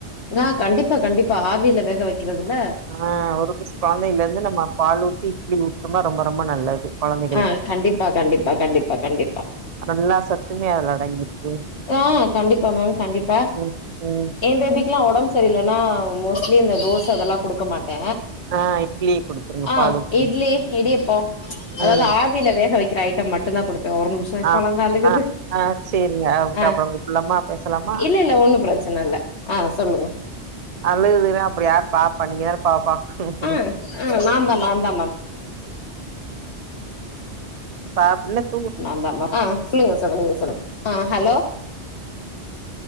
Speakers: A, on the left (about 70°); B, on the right (about 45°).
A: ஆ கண்டிப்பா கண்டிப்பா ஆவியில வேக வைக்கிறதுல்ல
B: ஆ ஒரு வயசு கொழந்தையில இருந்து நம்ம பால் ஊத்தி இட்லி ஊட்னோம்னா ரொம்ப ரொம்ப நல்லது கொழந்தைகளுக்கு
A: ஆ கண்டிப்பா கண்டிப்பா கண்டிப்பா கண்டிப்பா
B: நல்லா சத்துமே அதுல அடங்கிருக்கு
A: ஆ கண்டிப்பா மேம் கண்டிப்பா
B: ம் ம்
A: என் பேபிக்கெல்லா உடம்பு சரி சரியிலன்னா மோஸ்ட்லி இந்த தோச அதெல்லா குடுக்க மாட்ட
B: ஆ இட்லிய குடுத்துருங்க
A: ஆ
B: பால் ஊத்தி
A: இட்லி இடியாப்போ
B: ம் ம்.
A: அதாவது ஆவியில வேக வைக்கிற ஐட்டம் மட்டும் தான் குடுப்ப ஒரு நிமிஷம் ஏ
B: ஆ
A: கொழந்த அழுகுது
B: ஆ ஆ சேரிங்க அதுக்கப்புறம்
A: ஆ
B: கூப்புட்லாமா பேசலாமா
A: இல்ல இல்ல ஒன்னு பிரச்சன இல்ல ஆ சொல்லுங்க
B: அழுகுதுன்னா அப்டி யார் பாப்பா நீங்கதான பா பாக்குணு
A: ம் ம் நாந்தா நாந்தா மேம்
B: பா பிள்ளக்
A: நாந்தா மேம் ஆ சொல்லுங்க சொல்லுங்க நீங்க சொல்லுங் ஆ ஹலோ